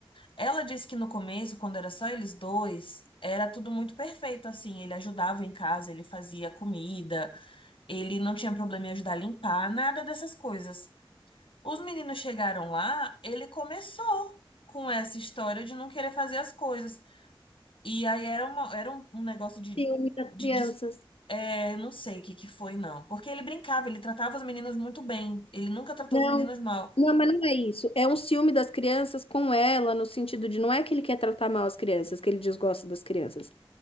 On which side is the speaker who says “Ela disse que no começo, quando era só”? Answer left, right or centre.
Left